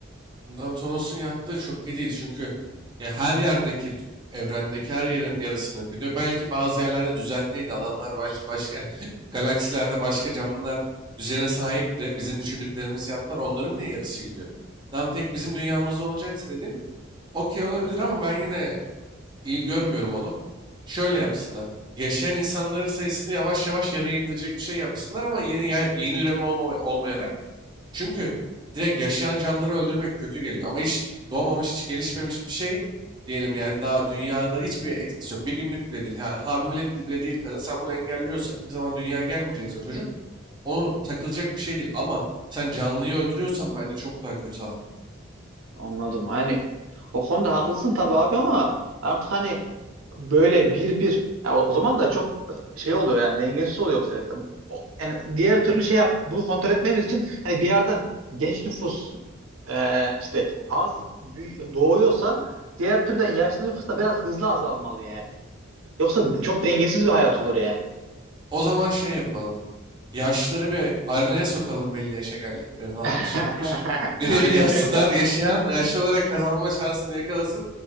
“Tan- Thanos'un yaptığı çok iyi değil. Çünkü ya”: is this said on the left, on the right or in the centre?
Right